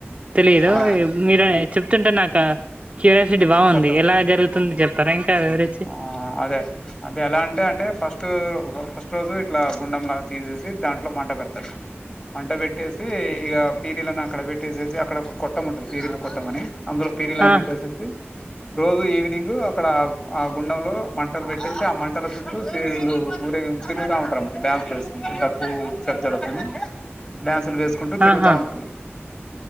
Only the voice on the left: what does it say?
ఆ
కొత్తగా
ఆ అదే అంటే ఎలా అంటే అంటే ఫస్ట్ ఫస్ట్ రోజు ఇట్లా గుండెంలాగా తీసేసి దాంట్లో మంట పెడతారు మంట పెట్టేసి ఇక పీరీలను అక్కడ పెట్టేసి అక్కడ ఒక కొట్టం ఉంటది పీరల కొట్టమని అందులో పీరిలాని
పెట్టేసేసి రోజు ఈవినింగ్ అక్కడ ఆ గుండములో మంటలు పెట్టేస్తే ఆ మంటల చుట్టూ పీర్లు ఊరేగింప్ తిరుగుతా ఉంటారున్నమాట డ్యాన్స్ లేసి డప్పు శబ్దాలకును డ్యాన్సులు వేసు టూ తిరుగుతా
ఉంటరు